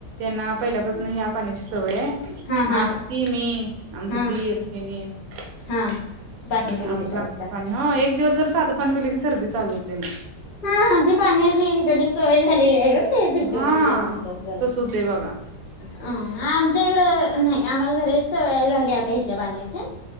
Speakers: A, on the right (about 65°); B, on the left (about 45°).
A: त्यांना पहिल्यापासून ह्या पाण्याची सवय आहे.
B: हा हा
A: आत्ती, मी, आमचं
B: हा
A: दीर, हेनी आम्हाला
B: हा बाकी सगळी पितायसा
A: लागतंय पाणी. हं एक दिवस तर साध पाणी पलं की सर्दी चालू होते म.
B: हा ती पाण्याची इकडली सवय झालेली आहे. ते फिल्टरचे
A: हा
B: तेन न्हेत असल,
A: तस होते बघा
B: अ आमच्या इकडं न्हाई आम्हाला घरीच सवय झाल् ल्या आता इथल्या पाण्याची,